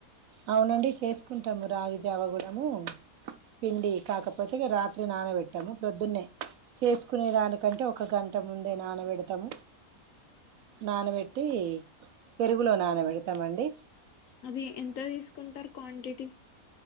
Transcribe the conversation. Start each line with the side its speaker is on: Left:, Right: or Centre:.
Right: అవునండి చేసుకుంటాము రాగి జావ గుడము పిండి కాకపోతే రాత్రి నానవెట్టాము ప్రొద్దున్నే చేసుకునే దానికంటే ఒక గంట ముందే నానబెడతాము నానవెట్టి పెరుగులో నాన పెడతామండి
Left: అది ఎంత దీసు కుంటారు క్వాంటిటీ